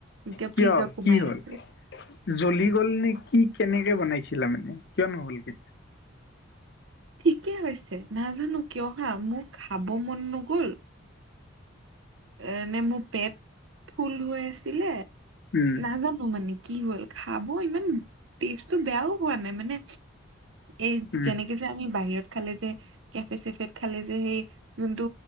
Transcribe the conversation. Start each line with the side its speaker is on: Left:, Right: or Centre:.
Right: এতিয়া
Left: কিয়
Right: ফ্ৰিজত সোমাই
Left: কি হ'ল
Right: দিছোঁ।
Left: জ্বলি গ'ল নে কি কেনেকে বনাইছিলা মানে কিয় নহ'ল গে?
Right: ঠিকে হৈছে নাজানো কিয় হাঁ মোৰ খাব মন নগল এ নে মোৰ পেট ফুল হৈ আছিলে
Left: উম
Right: নাজানো মানে কি হ'ল খাব ইমান টেষ্টটো বেয়াও হোৱা নাই মানে এই
Left: উম
Right: যেনেকে যে আমি বাহিৰত খালে যে কেফে চেফেত খালে যে সেই যোনটো